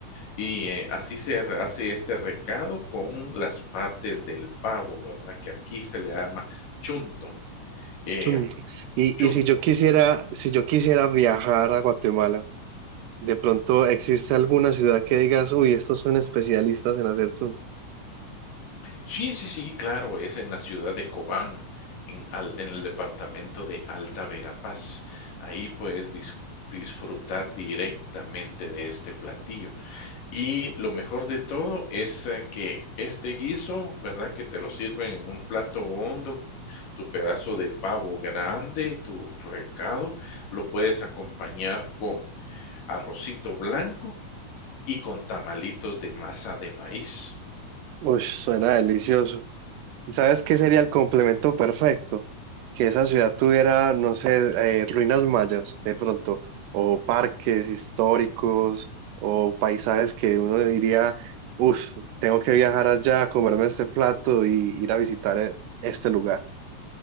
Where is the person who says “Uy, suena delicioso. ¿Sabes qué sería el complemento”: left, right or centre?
Right